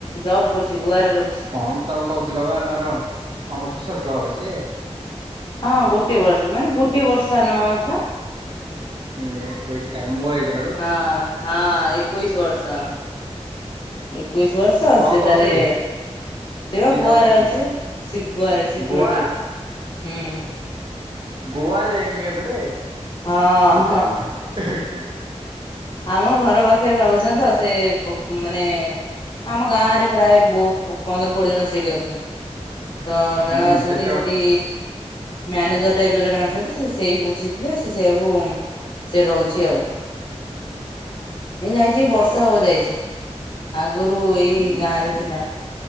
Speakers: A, on the left; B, on the right.
A: ଜବ୍ କରୁଛି ଗୁଆରେ ରହୁଛି।
B: କଣ ତମେ କହୁଥିଲ ବା ତାର ତମଠୁ ଛୋଟ ହବ ସିଏ।
A: ହଁ ଗୋଟେ ବର୍ଷ ମାନେ ଗୋଟେ ବର୍ଷ ସାନ ପା ମାତ୍ର।
B: ମୁଁ ଏକୋଇସି ତାର ମୋ ଏଜେ।
A: ହଁ ହଁ ଏକୋଇଶ ବର୍ଷ ଏକୋଇଶ ବର୍ଷ ବର୍ଷ
B: କଣ
A: ସେତାରେ
B: କରୁଛନ୍ତି?
A: ସେ ବା
B: କି
A: ଗୁଆରେ
B: ଜବ୍ କରୁଛନ୍ତି
A: ଅଛି ସେଗୁଆରେ ସିକୁରିଟି
B: ଗୋଆ
A: ଅଛି ହୁଁ।
B: ଗୋଆରେ ଯାଇକି ଏବେରେ
A: ହଁ
B: ବୋପା
A: ହଁ
B: ମା ହେ।
A: ଆମ ଘର ପାଖରେ ରହୁଛନ୍ତି ତ ସେ ମାନେ ଆମ ଗାଁ ରେ ପ୍ରାୟ ବହୁତ ପନ୍ଦର କୋଡିଏ ଜଣ ସେଇଠି ଅଛନ୍ତି। ତ ଜଣେ
B: ହୁଁ
A: ଅଛନ୍ତି
B: କେତେ
A: ସେଠି ମ୍ୟାନେଜର ଟାଇପର ଜଣେ ଅଛନ୍ତି ସେ ସେଇ ବୁଝିଥିଲେ ସେ ସେଇଆକୁ ସେଠି ରହୁଛି ଆଉ। ଏ ଯାଇଛି ଏ ବର୍ଷେ ହବ ଯାଇଛି ଆଗରୁ ଏଇ ଗାଁରେ ଥିଲା।